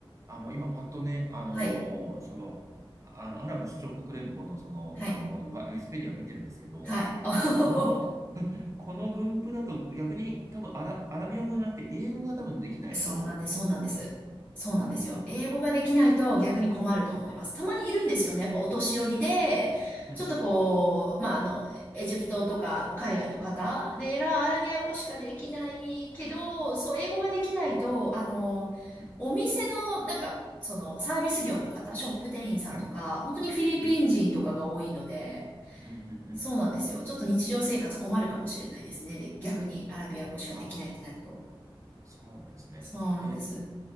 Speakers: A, on the right; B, on the left.
A: あ、もう今パッとね、あのーその、
B: はい。
A: あの、アラブ首長国連邦のその、
B: はい。
A: あの、わウィキペディアを見てるんですけども、
B: はい。<laughs>
A: えっと、この、この分布だと逆に多分アラ、アラビア語じゃなくて英語が多分できないと、
B: そうなんです、そうなんです。そうなんですよ。
A: うん、うん、
B: 英語ができないと逆に困ると思います。たまにいるんですよね。やっぱお年寄りで、
A: う
B: ちょっとこう、まあ、あの、エジプトとか海外の方で、
A: ん、
B: ラアラビア語しかできないけど、そう、英語ができないと、あの、
A: うん、
B: お店の、なんか、その、サービス業の方、ショップ店員さんとか、
A: はい、
B: 本当にフィリピン人とかが多いので、
A: うん、うん、うん、うん。
B: そうなんですよ。ちょっと日常生活困るかもしれないですね。で、逆にアラビア語しかできないってなると。
A: ああ、そうなんですね。
B: そうなんです。
A: え、